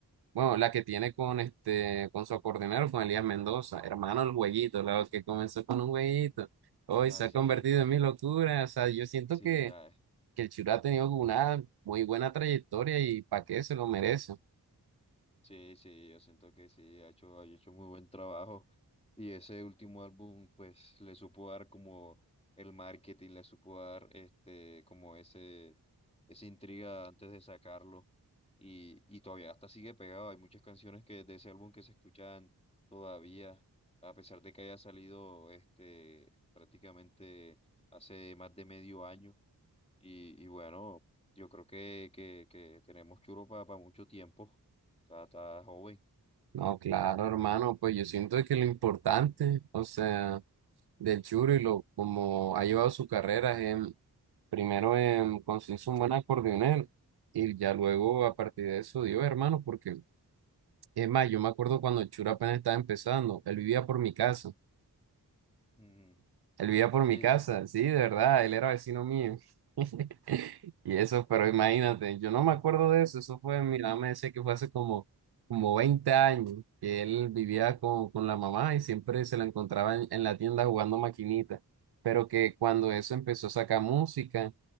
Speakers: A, on the right (about 75°); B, on the left (about 15°).
A: bueno, la que tiene con este, con su acordeonero, con Elías Mendoza, hermano el jueguito, la que comenzó con un jueguito, hoy
B: Ah,
A: se
B: sí,
A: ha convertido en mi locura, o sea, yo siento
B: sí,
A: que,
B: ah,
A: que el Chura ha tenido una muy buena trayectoria y para qué se lo merece.
B: Sí, sí, yo siento que sí, ha hecho, ha hecho muy buen trabajo. Y ese último álbum, pues, le supo dar como el marketing, le supo dar este, como ese, esa intriga antes de sacarlo. Y, y todavía hasta sigue pegado. Hay muchas canciones que de ese álbum que se escuchan todavía, a pesar de que haya salido este prácticamente hace más de medio año. Y, y bueno, yo creo que, que, que tenemos churro para mucho tiempo. Está, está joven.
A: No, claro, hermano, pues yo siento que lo importante, o sea, del Churi, lo como ha llevado su carrera, es en- primero en conseguirse un buen acordeonero y ya luego a partir de eso dio, hermano, porque es más, yo me acuerdo cuando el Churi apenas estaba empezando, él vivía por mi casa
B: Mm,
A: Él vivía por
B: sí,
A: mi casa, sí, de verdad, él era vecino mío. <laughs> Y eso, pero imagínate, yo no me acuerdo de eso, eso fue, mi mamá me decía que fue hace como, como 20 años, que él vivía con, con la mamá y siempre se la encontraba en, en la tienda jugando maquinita, pero que cuando eso empezó a sacar música